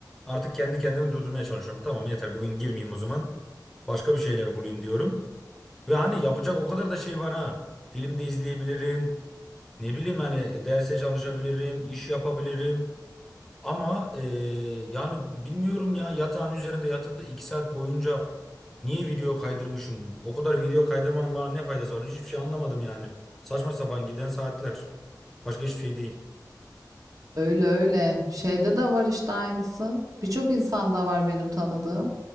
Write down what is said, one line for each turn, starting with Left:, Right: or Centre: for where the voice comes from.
Centre: artık kendi kendimi durdurmaya çalışıyorum. Tamam yeter bugün girmeyeyim o zaman. Başka bir şeyler bulayım diyorum. Ve hani yapacak o kadar da şey var ha. Film de izleyebilirim. Ne bileyim hani derse çalışabilirim, iş yapabilirim. Ama e, yani bilmiyorum ya yatağın üzerinde yatıp da iki saat boyunca niye video kaydırmışım? O kadar video kaydırmanın bana ne faydası var? Hiçbir şey anlamadım yani. Saçma sapan giden saatler. Başka hiçbir şey değil.
Right: Öyle öyle. Şeyde de var işte aynısı. Birçok insanda var benim tanıdığım.